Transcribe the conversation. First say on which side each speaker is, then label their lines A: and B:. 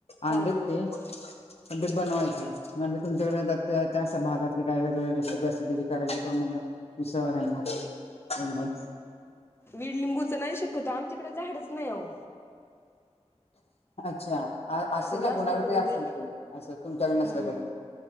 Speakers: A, on the left; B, on the left.
A: आणलेत
B: हा हा
A: ते पण ते
B: हम्म
A: बनवायचे हे तुच्याकडे त्या भागातली काही वेगळ रेसिपी असतील त्याची करायची तर म्हणल विचारावा यांना. ह
B: वीड लिंबूच नाही शकतत आमच्याकडे झाडच नाही हो.
A: अच्छा असेल ना
B: जास्त
A: कोणाकडे
B: करून
A: तरी असेल
B: ते
A: तर असं तुमच्याकडे नसल
B: अं
A: तरी.